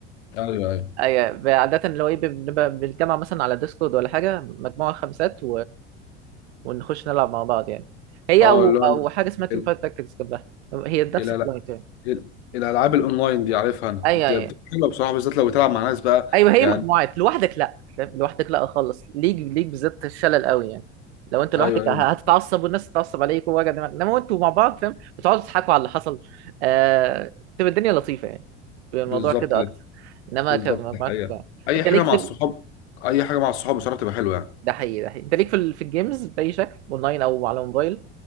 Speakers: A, on the left (about 70°); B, on the right (about 70°).
A: ايوه ايوه
B: اي عاده اللي هو ايه بنبقى بنتجمع مثلا على ديسكورد ولا حاجه مجموعه خمسات ونخش نلعب مع بعض يعني هي
A: اه
B: او
A: اللي
B: او
A: هو ال-
B: حاجه اسمها تيم
A: ال-
B: فايت تاكتكس جنبها هي نفس
A: لا
B: الكلاينت
A: لا
B: يعني
A: ال- الالعاب الاونلاين دي عارفها انا
B: ايوه
A: بت-
B: ايوه
A: بت- حلوه بصراحه بالذات لو بتلعب مع ناس بقى
B: ايوه هي
A: يعني
B: مجموعات لوحدك لا فاهم لوحدك لا خالص ليك ليك بالذات الشلل قوي يعني لو انت لوحدك
A: ايوه ايوه
B: ه- هتتعصب والناس تتعصب عليك ووجع دماغ انما انتوا مع بعض فاهم بتقعدوا تضحكوا على اللي حصل آه... تبقى الدنيا لطيفه يعني بيبقى الموضوع
A: بالظبط
B: كده
A: ده
B: اكتر انما
A: بالظبط
B: كمجموعات
A: ده الحقيقه
B: لا.
A: اي
B: انت
A: حاجه
B: ليك
A: مع
B: في
A: الصحاب
B: ال...
A: اي حاجه مع الصحاب بصراحه بتبقى حلوه يعني
B: ده حقيقي ده حقيقي انت ليك في ال... في الجيمز باي شكل اونلاين او على موبايل